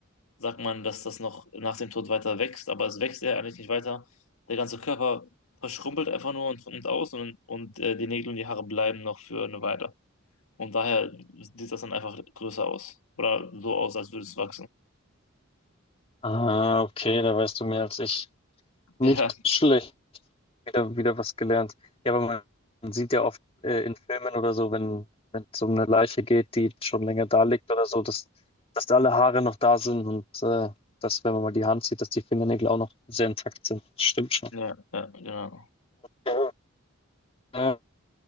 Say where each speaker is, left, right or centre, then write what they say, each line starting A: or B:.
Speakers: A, on the left; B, on the left.
A: sagt man, dass das noch nach dem Tod weiter wächst, aber es wächst ja eigentlich nicht weiter. Der ganze Körper verschrumpelt einfach nur und trocknet aus und, und äh, die Nägel und die Haare bleiben noch für eine Weile. Und daher sieht das dann einfach größer aus. Oder so aus, als würde es wachsen.
B: Ah, okay, da weißt du mehr als ich. Nicht
A: <laughs>
B: schlecht. Wieder, wieder was gelernt. Ja, aber man, man sieht ja oft äh, in Filmen oder so, wenn, wenn es um eine Leiche geht, die schon länger da liegt oder so, dass, dass alle Haare noch da sind und äh, dass, wenn man mal die Hand sieht, dass die Fingernägel auch noch sehr intakt sind. Stimmt schon.
A: Ja, ja, ja, genau.
B: Ja. Äh,